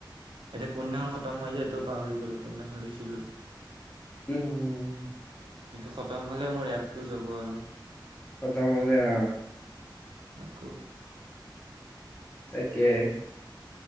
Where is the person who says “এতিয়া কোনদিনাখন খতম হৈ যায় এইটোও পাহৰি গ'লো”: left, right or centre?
Right